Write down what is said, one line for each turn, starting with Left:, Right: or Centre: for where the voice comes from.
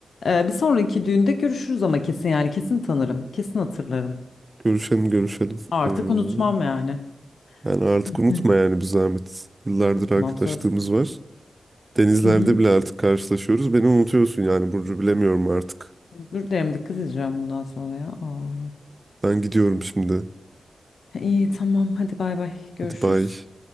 Left: Ee, bir sonraki düğünde görüşürüz ama kesin yani kesin tanırım. Kesin hatırlarım.
Right: Görüşelim görüşelim.
Left: Artık
Right: Ee,
Left: unutmam yani.
Right: yani artık
Left: <laughs>
Right: unutma
Left: Hı
Right: yani bir zahmet. Yıllardır arkadaşlığımız
Left: Tamam söz.
Right: var. Denizlerde
Left: Hı hı.
Right: bile artık karşılaşıyoruz. Beni unutuyorsun yani Burcu bilemiyorum artık.
Left: Dur derim dikkat edeceğim bundan sonra ya. Aa.
Right: Ben gidiyorum şimdi.
Left: İyi tamam hadi bay bay görüşürüz.
Right: Hadi bay.